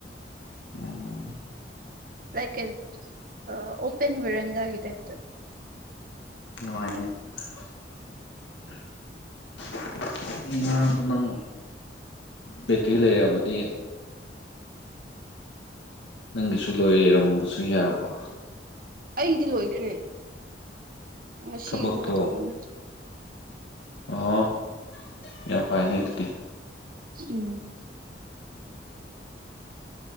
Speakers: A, on the left; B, on the right.
A: <unintelligible>
B: ꯂꯥꯏꯛ ꯑꯟ ꯑ ꯑꯣꯄꯟ ꯕꯦꯔꯟꯗꯥꯒꯤ ꯇꯥꯏꯞꯇ
A: ꯅꯨꯡꯉꯥꯏꯅꯦ <unintelligible> <unintelligible> ꯉꯔꯥꯡꯗꯣ ꯅꯪ ꯕꯦꯇ꯭ꯔꯤ ꯂꯩꯔꯝꯃꯗꯤ <unintelligible> ꯅꯪꯒꯤꯁꯨ ꯂꯣꯏꯔꯝꯕꯁꯨ ꯌꯥꯕ
B: ꯑꯩꯗꯤ ꯂꯣꯏꯈ꯭ꯔꯦ ꯉꯁꯤ
A: ꯊꯕꯛꯇꯣ
B: ꯑꯃꯨꯒ ꯇꯧꯕꯅꯦ꯫
A: ꯑꯣ ꯌꯥꯝ ꯐꯥꯏꯅꯦ ꯗꯨꯗꯤ
B: ꯎꯝ